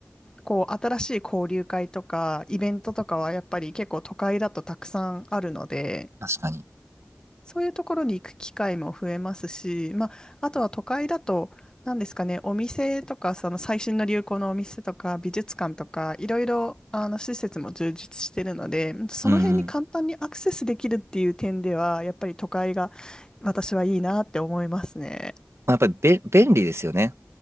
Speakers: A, on the left; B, on the right.
A: こう、新しい交流会とかイベントとかはやっぱり結構都会だとたくさんあるので、
B: 確かに。
A: そういうところに行く機会も増えますし、まあ、あとは都会だと、何ですかね、お店とか、その最新の流行のお店とか、美術館とか、いろいろ、あの、施設も充実してるので、その辺に簡単にアクセスできるっていう点では、
B: うんうん。
A: やっぱり都会が私はいいなって思いますね。
B: まあやっぱりべ、便利ですよね。